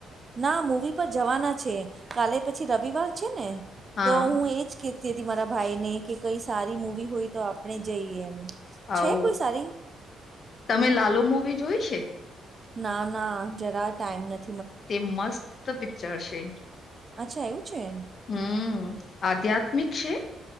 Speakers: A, on the right; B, on the left.
A: ના મૂવી પર જવાના છે. કાલે પછી રવિવાર છે ને,
B: હા
A: તો હું એજ કેત તેથી મારા ભાઈ ને કે કંઈ સારી મુવી હોય તો આપણે જઈએ એમ.
B: હાવ.
A: છે કોઈ સારી
B: તમે લાલો મૂવી જોઈ છે?
A: ના, ના. જરા ટાઈમ નથ
B: તે મસ્ત પિક્ચર છે.
A: અચ્છા એવું છે
B: હમ્મ. આધ્યાત્મિક છે.